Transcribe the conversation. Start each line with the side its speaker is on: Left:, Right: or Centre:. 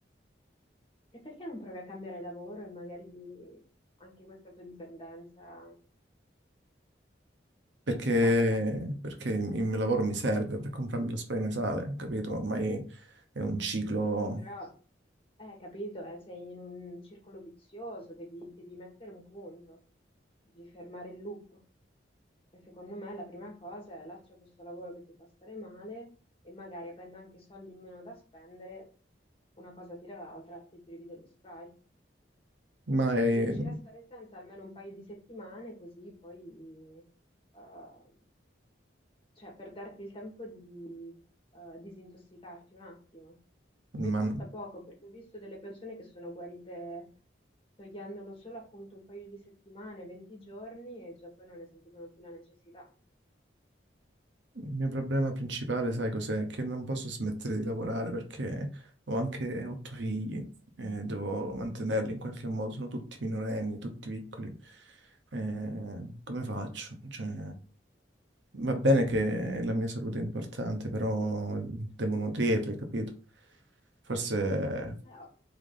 Left: E perché non provi a cambiare lavoro e magari anche questa tua dipendenza
Right: Perché,
Left: passa?
Right: perché il il mio lavoro mi serve per comprarmi lo spray nasale, capito? Ormai è un ciclo,
Left: Sì, però, eh, capito, eh, sei in un circolo vizioso, devi, devi mettere un punto, devi fermare il loop. E secondo me la prima cosa è lascia questo lavoro che ti fa stare male e magari avendo anche soldi in meno da spendere, una cosa tira l'altra, ti privi dello spray.
Right: ma è-
Left: Devi riuscire a stare senza almeno un paio di settimane, così poi, eh, cioè, per darti il tempo di eh, disintossicarti un attimo. Poi
Right: ma
Left: basta poco, perché ho visto delle persone che sono guarite togliendolo solo appunto un paio di settimane, 20 giorni, e già poi non ne sentivano più la necessità.
Right: Il mio problema principale, sai cos'è? Che non posso smettere di lavorare perché ho anche otto figli e devo mantenerli in qualche modo. Sono tutti minorenni, tutti piccoli. Eh, come faccio? Cioè, va bene che la mia salute è importante, però devo nutrirli, capito? Forse
Left: Eh, ho,